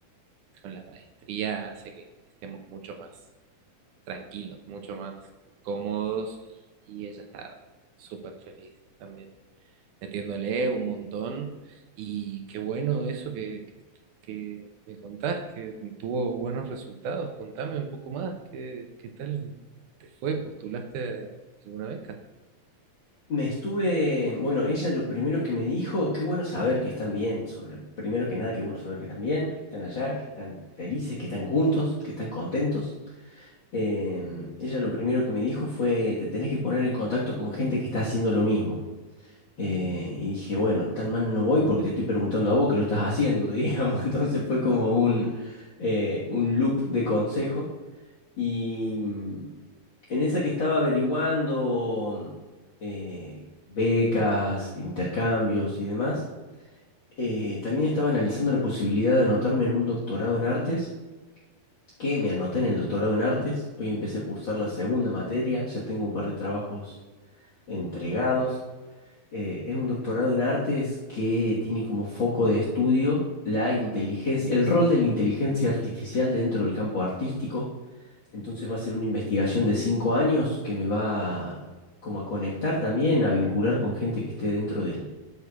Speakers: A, on the right; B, on the left.
A: con la maestría hace que estemos mucho más tranquilos, mucho más cómodos y y ella está súper feliz también metiéndole un montón. Y qué bueno eso que, que, que me contás, que tuvo buenos resultados. Contame un poco más, ¿qué, qué tal te fue? ¿Postulaste a alguna beca?
B: Me estuve, bueno, ella lo primero que me dijo, qué bueno saber que están bien, sobre, primero que nada, qué bueno saber que están bien, que están allá, que están felices, que están juntos, que están contentos. em, ella lo primero que me dijo fue, te tenés que poner en contacto con gente que está haciendo lo mismo. Eh, y dije, bueno, tan mal no voy porque te estoy preguntando a vos que lo estás haciendo, <laughs> digamos. Entonces fue como un, eh, un loop de consejo. Y mm, en esa que estaba averiguando eh, becas, intercambios y demás, eh, también estaba analizando la posibilidad de anotarme en un doctorado en artes que me anoté en el doctorado en artes. Hoy empecé a cursar la segunda materia, ya tengo un par de trabajos entregados. Eh, es un doctorado en artes que tiene como foco de estudio la inteligencia, el rol de la inteligencia artificial dentro del campo artístico. Entonces va a ser una investigación de cinco años que me va como a conectar también, a vincular con gente que esté dentro del,